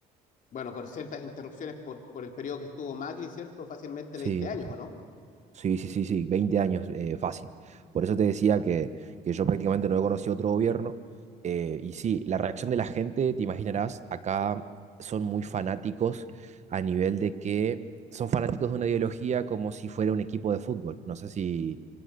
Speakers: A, on the left; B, on the right.
A: bueno, con ciertas interrupciones por, por el periodo que estuvo Macri, ¿cierto? Fácilmente
B: Sí.
A: 20 años, ¿o no?
B: Sí, sí, sí, sí, 20 años eh, fácil. Por eso te decía que, que yo prácticamente no he conocido otro gobierno. eh, y sí, la reacción de la gente, te imaginarás, acá son muy fanáticos a nivel de que son fanáticos de una ideología como si fuera un equipo de fútbol. No sé si,